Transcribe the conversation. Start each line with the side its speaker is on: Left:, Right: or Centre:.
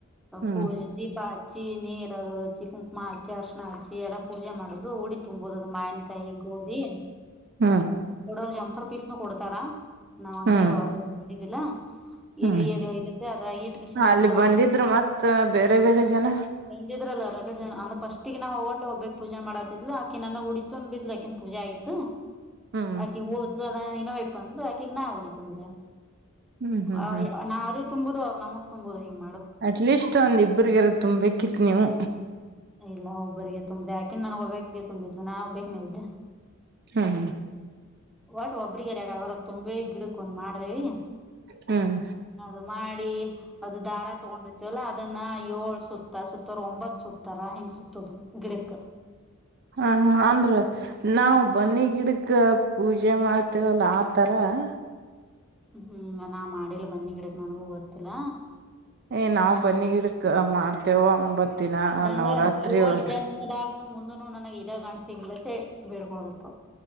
Right: ಹ್ಮ್
Centre: ಪೂಜೆ
Right: ಹ್ಮ್ ಹ್ಮ್
Centre: ದೀಪ ಹಚ್ಚಿ ನೀರು ಅದು ಹಚ್ಚಿ ಕುಂಕುಮ ಹಚ್ಚಿ ಅರ್ಶಿ ಹಚ್ಚಿ ಎಲ್ಲ ಪೂಜೆ ಮಾಡೋದು ಉಡಿ ತುಂಬ ಹೋದ ಮಾಯನ್ಕಾಯಿ ಗೋಧಿ
Right: ಹ್ಮ್ ಹ್ಮ್
Centre: ಕೊಡೋರು ಜಂಪರ್ ಪೀಸ್ನು ಕೊಡ್ತಾರ ನಾವ್ ಹಂಗೆ
Right: ಹ್ಮ್
Centre: ಹದು ಹ್ದಿದ್ದಿಲ್ಲ
Right: ಹ್ಮ್
Centre: ಎಲ್ಲಿ ಎದು ಹೂಯ್ದಿರ್ತೆ ಅದ್ರ ಇಟ್ಕಸಿಂದೋಗ
Right: ಅಲ್ಲಿ
Centre: ಗೋದಿ
Right: ಬಂದಿದ್ರು ಮತ್ತ ಬೇರೆ ಬೇರೆ ಜನ
Centre: ಬಂದಿದ್ರಲ್ಲ ರಗಡ ಜನ ಫಸ್ಟಿಗೆ ನಾವು ಹೋಗೋತ್ತಿಲ್ಲ ಒಬ್ಬಾಕಿ ಪೂಜಾ ಮಾಡಾತಿದ್ಲು ಆಕ ನನ ಹುಡಿತುಂಬಿದಲ್ಲ ಆಕಿನ ಪೂಜೆ ಆಗಿತ್ತು
Right: ಹ್ಮ್
Centre: ಆಕಿ ಹೊದ್ಲು ಅದ ಇನ ವಯಪ್ಪ ಅಂದ್ಲು ಆಕೆ ಈಗ ನಾ ಹೊಡಿ ತುಂಬ್ರ
Right: ಹ್ಮ್ ಹ್ಮ್
Centre: ಆ
Right: ಹ್ಮ್
Centre: ನಾ ಅವರಿಗ್ ತುಂಬುದು ಅವ್ರು ನಮಗ್ ತುಂಬುದು ಹಿಂಗ
Right: ಅಟ್ಲೀಸ್ಟ್ ಒಂದ್ ಇಬ್ಬ್ರಿಗೆರ ತುಂಬ್ಬೇಕಿತ್ ನೀವು
Centre: ಇಲ್ಲ ಒಬ್ಬರಿಗೆ ತುಂಬಿದ್ದ ಅಕಿನ್ ನನಗ್ ಒಬ್ಬಕಿಗೆ ತುಂಬಿದಲು ನಾ ಒಬ್ಬೇಕ್ನೆ ಇದ್ದೆ
Right: ಹ್ಮ್
Centre: ವಟ್ ಒಬ್ಬರಿ ಗರಿಗಾವ ತುಂಬೇ ಗಿಡಕ್ ಒಂದ್ ಮಾಡ್ದೇವಿ
Right: ಹ್ಮ್
Centre: ಅದು ಮಾಡಿ ಅದು ದಾರ ತಗೊಂಡಿರ್ತವಲ್ಲಾ ಅದನ್ನ ಏಳ್ ಸುತ್ತ ಸುತ್ತರ ಒಂಬತ್ ಸುತ್ತ ತರಾ ಹೆಂಗ್ ಸುತ್ತುದು ಗಿಡಕ್
Right: ಹ ಅಂದ್ರ ನಾವು ಬನ್ನಿ ಗಿಡಕ ಪೂಜೆ ಮಾಡ್ತೇವಲ್ಲ ಆತರ ಹ
Centre: ಹ್ಮ್ ನಾ ಮಾಡಿಲ್ಲ ಬನ್ನಿ ಗಿಡಕ್ ನನಗೂ ಗೊತ್ತಿಲ್ಲ
Right: ಏ ನಾವು ಬನ್ನಿ ಗಿಡಕ್ ಮಾಡ್ತೇವ ಒಂಬತ್ ದಿನ
Centre: ಅದಂದ್ರೆ
Right: ನವರಾತ್ರಿ
Centre: ಏಳ್
Right: ಒಳಗ
Centre: ಜನ್ಮದಾಗ ಮುಂದನು ನನಗೆ ಇದೆ ಗಂಡ ಸೀಗಲ್ಲಿಂತ ಬೀಡ್ಕೊಳದತ್ತ